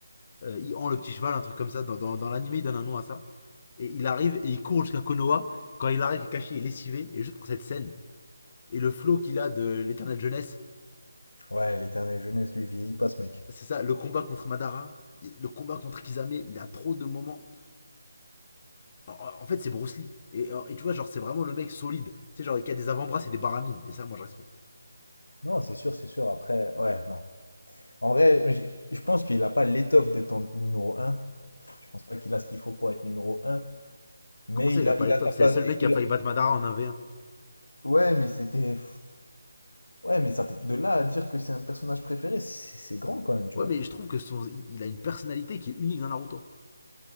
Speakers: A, on the left (about 30°); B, on the left (about 65°).
A: Euh, il en le petit cheval, un truc comme ça. Dans, dans, dans l'anime, il donne un nom à ça. Et il arrive et il court jusqu'à Konoha. Quand il arrive, Kakashi est lessivé. Et juste pour cette scène, et le flow qu'il a de l'éternelle jeunesse,
B: Ouais, l'éternelle jeunesse, lui, vieillit pas ce mec.
A: c'est ça, le combat contre Madara, le combat contre Kisame, il a trop de moments. En, fait, c'est Bruce Lee. Et, euh, et tu vois, genre, c'est vraiment le mec solide. Tu sais, genre, il a des avant-bras c'est des baramines. Et ça, moi, je respecte.
B: Non, c'est sûr, c'est sûr. Après, ouais, non. En vrai, j- je pense qu'il n'a pas l'étoffe d'être en numéro un. Je pense pas qu'il a ce qu'il faut pour être numéro un. Mais
A: Comment ça,
B: il
A: il a
B: a,
A: pas
B: il
A: l'étoffe
B: a sa place.
A: C'est le seul
B: et-
A: mec qui
B: il
A: a failli
B: a-
A: battre Madara en un v 1
B: Ouais, mais c'était. Ouais, mais ça peut- de là à dire que c'est un personnage préféré, c'est c'est grand quand même, tu
A: Ouais,
B: vois.
A: mais je trouve que son, il- a une personnalité qui est unique dans Naruto.